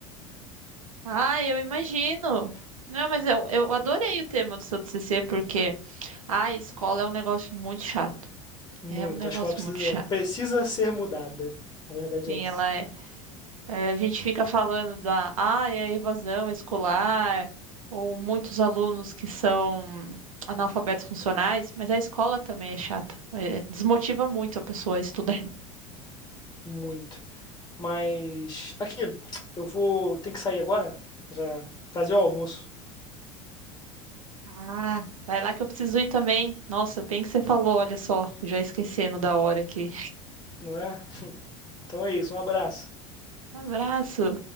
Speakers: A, on the right (about 75°); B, on the left (about 20°).
A: Ah, eu imagino. Não, mas eu, eu adorei o tema do seu TCC porque a escola é um negócio muito chato.
B: Muito.
A: É um negócio
B: A escola precisa,
A: muito chato.
B: precisa ser mudada. Na verdade
A: Sim,
B: é essa.
A: ela é Eh, a gente fica falando da, ah, é evasão escolar, ou muitos alunos que são analfabetos funcionais, mas a escola também é chata. Eh, desmotiva muito a pessoa a estudar.
B: Muito. Mas aqui, eu vou, tem que sair agora para fazer o almoço,
A: Ah, vai lá que eu preciso ir também. Nossa, bem que você falou, olha só, já esquecendo da hora aqui.
B: não é? Então é isso, um abraço.
A: Um abraço.